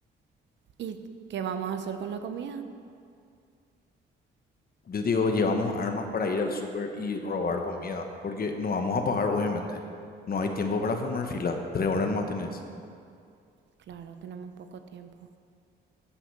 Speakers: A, on the right; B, on the left.
A: ¿Y qué vamos a hacer con la comida?
B: Yo digo, llevamos armas para ir al súper y robar comida, porque no vamos a pagar, obviamente. No hay tiempo para formar fila. Tres horas nomás tenés.
A: Claro, tenemos poco tiempo. <laughs>